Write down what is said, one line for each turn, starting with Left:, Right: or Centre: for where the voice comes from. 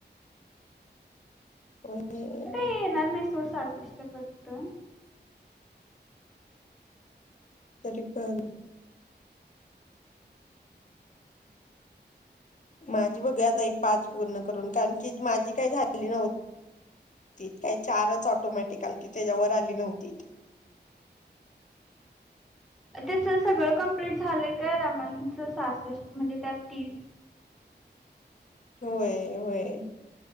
Left: अ <unintelligible>
Centre: मी काय येणार नाही सोड, सहासष्ट पर्यंत.
Left: तरी पण. माझी बघ आता एक पाच पूर्ण करून कारण की माझी काही झाली नव्हती. काही चारच ऑटोमॅटिक आलीती. त्याच्यावर आली नव्हती. <inaudible>
Centre: त्याच सगळं कंप्लीट झालंय काय? रामाच सासष्ट म्हणजे त्यात तीस.
Left: होय होय.